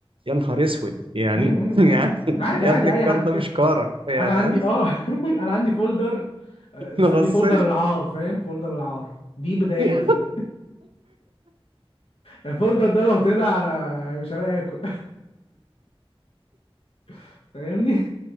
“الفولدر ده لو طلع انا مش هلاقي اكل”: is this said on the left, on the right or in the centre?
Left